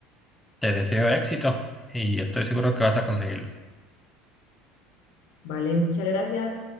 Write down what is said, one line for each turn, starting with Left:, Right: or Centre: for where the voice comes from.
Centre: Te deseo éxito y estoy seguro que vas a conseguirlo.
Left: Vale, muchas gracias.